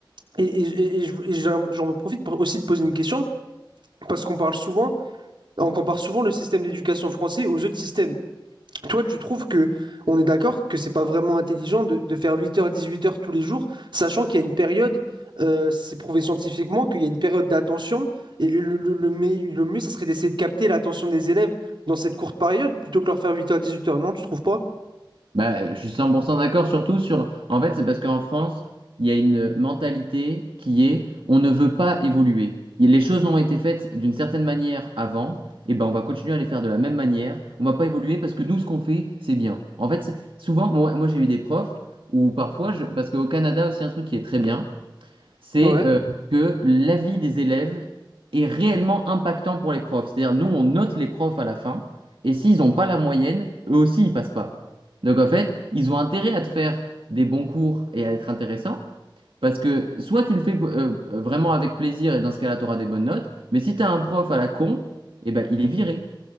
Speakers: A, on the right; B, on the right.
A: Et, et- et- et je- et j'en j'en profite pour aussi de poser une question, parce qu'on parle souvent, on compare souvent le système d'éducation français aux autres systèmes. Toi, tu trouves que on est d'accord que c'est pas vraiment intelligent de, de faire 8h, 18h tous les jours, sachant qu'il y a une période, euh, c'est prouvé scientifiquement, qu'il y a une période d'attention, et le, le- le me- le mieux, ça serait d'essayer de capter l'attention des élèves dans cette courte période, plutôt que leur faire 8h, 18h, non, tu trouves pas?
B: Bah, je suis 100% d'accord, surtout sur... En fait, c'est parce qu'en France, il y a une mentalité qui est on ne veut pas évoluer. Et Les choses ont été faites d'une certaine manière avant, et ben on va continuer à les faire de la même manière. On va pas évoluer parce que nous, ce qu'on fait, c'est bien. En fait, c'est- souvent, moi, moi, j'ai eu des profs où parfois, je... parce qu'au Canada aussi, un truc qui est très bien, c'est
A: Ouais.
B: euh, que l'avis des élèves est réellement impactant pour les profs. C'est-à-dire, nous, on note les profs à la fin, et s'ils n'ont pas la moyenne, eux aussi, ils passent pas. Donc, en fait, ils ont intérêt à te faire des bons cours et à être intéressants, parce que soit tu le fais euh, vraiment avec plaisir, et dans ce cas-là, tu auras des bonnes notes, mais si tu as un prof à la con, eh ben, il est viré.